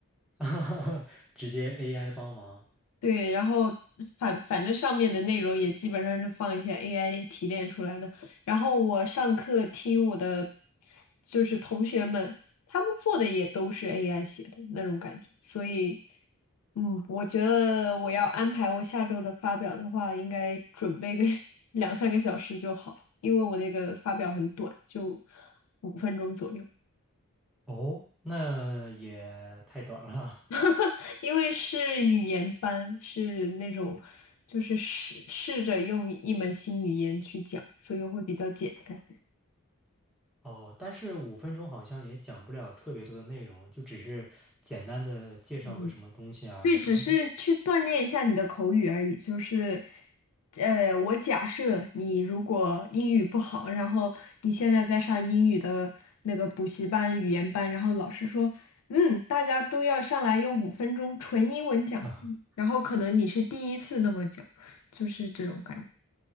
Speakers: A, in the centre; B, on the left (about 80°).
A: <laughs> 直接 AI 帮忙。
B: <laughs> 对，然后反反正上面的内容也基本上是放一些 AI 提炼出来的。然后我上课听我的就是同学们，他们做的也都是 AI 写的那种感觉，所以。嗯，我觉得我要安排我下周的发表的话，应该准备个 <laughs> 两三个小时就好，因为我那个发表很短，就五分钟左右。
A: 哦，那也太短了。
B: <laughs>
A: <laughs>
B: 因为是语言班，是那种就是试试着用一门新语言去讲，所以会比较简单。
A: 哦，但是五分钟好像也讲不了特别多的内容，就只是简单的介绍个什么东西啊什么的。
B: 嗯。对，只是去锻炼一下你的口语而已。就是，呃，我假设你如果英语不好，然后你现在在上英语的那个补习班、语言班，然后老师说，嗯，大家都要上来用五分钟纯英文讲，
A: <laughs>
B: 然后可能你是第一次那么讲，就是这种感